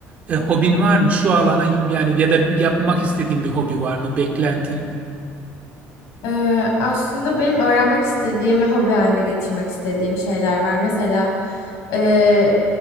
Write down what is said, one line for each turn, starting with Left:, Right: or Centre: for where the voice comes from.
Right: e, hobin var mı? Şu alana yani ya da yapmak istediğin bir hobi var mı? Beklentin?
Left: Ee, aslında benim öğrenmek istediğim ve hobi haline getirmek istediğim şeyler var. Mesela e,